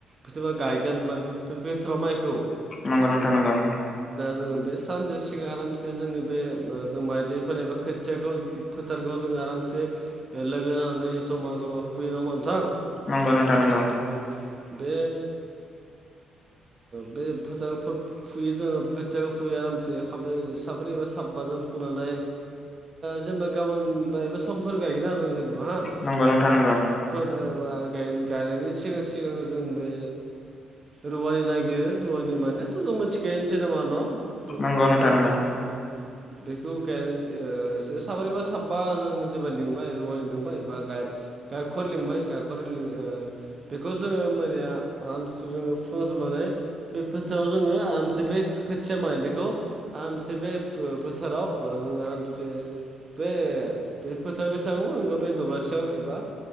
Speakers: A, on the right; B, on the left.
A: बेबा गायगोन होनबा बिथोथोराव माइखौ
B: नंगौ नथ नांगौ
A: जो बे सानसे सिगां आरामसे जोंनि बे जों माइलि फनायबा खोथियाखौ फोथारखौ जोङो आरामसे लोगो होननानै जमा जमा फुयो नामा नोंथां?
B: नंगौ नोंथा नंगौ
A: औ बे बे ओ फोथ फुयो जोङो खोथियाो फुयो आरामसे खाब साब्रै साबबाजों फुनानै जेनेबा गाबोन ब बे समफोर गायगोन आरो जों जेनेबा हा
B: नंगौ नोंथां नगौ
A: <unintelligible> बा गायनायनि सिगां सिगां जों बे रुवानि नायगिर रुवानि मानेथ' जों मिथिखायोनोसै नामा न'
B: नंगौ
A: नोंथां
B: नंगौ
A: औ बेखौ गायनानै ओ सो साबरैबा साबबा जों जेब्ला लिंबाय रुवानि लिंबाय बा गाय गायखर लिंबाय गायखर लिं ओ बे खौ जोंङो ओमबानिया आरामसि जोंङो फुखांजोबनानै बे फोथोराव जोंङो आरामसे बे खो थिया मायलिखौ आरामसे बे ओ फोथाराव ओ जोंङो आरामसे बे बे फोथार बेसेबां आंखौ बे दरासेयाव एबा